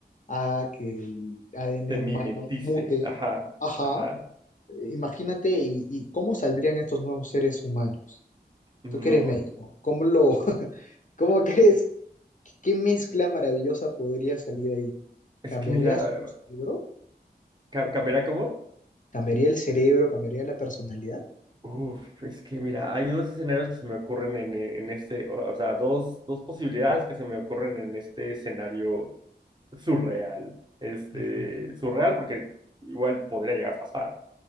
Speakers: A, on the left; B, on the right.
A: haga que el ADN
B: se
A: humano
B: mimetice,
A: mute?
B: ajá,
A: Ajá.
B: ajá.
A: eh, Imagínate, y, y cómo saldrían estos nuevos seres humanos.
B: No,
A: Tú que eres médico, ¿cómo lo, <laughs> cómo crees? ¿Qué, qué mezcla maravillosa podría salir ahí?
B: es
A: ¿Cambiaría
B: que mira,
A: su cerebro?
B: ca- ¿cambiará cómo?
A: ¿Cambiaría el cerebro? ¿Cambiaría la personalidad?
B: Uf, es que mira, hay dos escenarios que se me ocurren en, e- en este, o, o sea, dos, dos posibilidades que se me ocurren en este escenario surreal. Este,
A: Ujú,
B: surreal porque igual podría llegar a pasar.